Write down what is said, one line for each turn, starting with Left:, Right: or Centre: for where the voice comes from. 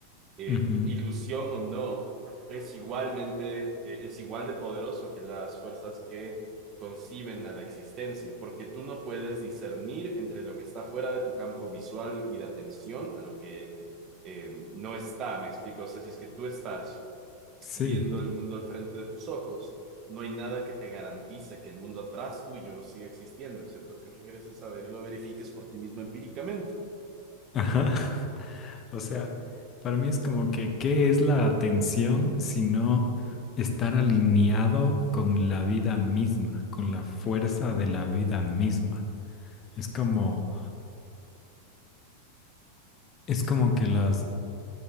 Right: eh,
Left: Ujú,
Right: ilusión o no, es igualmente, eh, es igual de poderoso que las fuerzas que conciben a la existencia, porque tú no puedes discernir entre lo que está fuera de tu campo visual y de atención a lo que eh, no está, me explico, o sea, si es que tú estás
Left: Sí,
Right: viendo el mundo al frente de tus ojos, no hay nada que te garantice que el mundo atrás tuyo siga existiendo, excepto que regreses a ver y lo verifiques por ti mismo empíricamente.
Left: ajá. <laughs>
Right: Eh,
Left: O sea, para mí es como que, ¿qué es la atención sino estar alineado con la vida misma, con la fuerza de la vida misma? Es como... Es como que las,